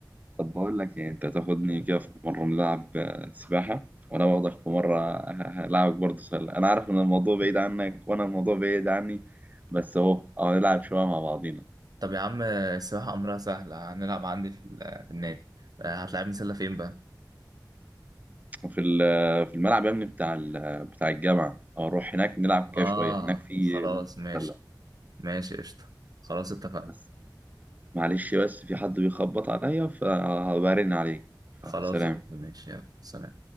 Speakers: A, on the right; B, on the right.
A: طب بقول لك إيه، أنت تاخدني كده في مرة نلعب آه، سباحة وأنا باخدك في مرة ه- ه- هلعبك برضه سلة أنا عارف إن الموضوع بعيد عنك وأنا الموضوع بعيد عني بس أهو أهو نلعب شوية مع بعضينا
B: طب يا عم السباحه امرها سهله هنلعب عندي في, ال... في النادي آه، هتلعبني سله فين بقى
A: وفي ال- في الملعب يا ابني بتاع ال- بتاع الجامعة أو نروح هناك نلعب كده
B: اه
A: شوية هناك في
B: خلاص ماشي
A: سلة
B: ماشي قشطه خلاص اتفقنا
A: بس معلش بس في حد بيخبط عليا فهبرن عليك
B: خلاص
A: فسلام
B: قشطة. ماشي يلا سلام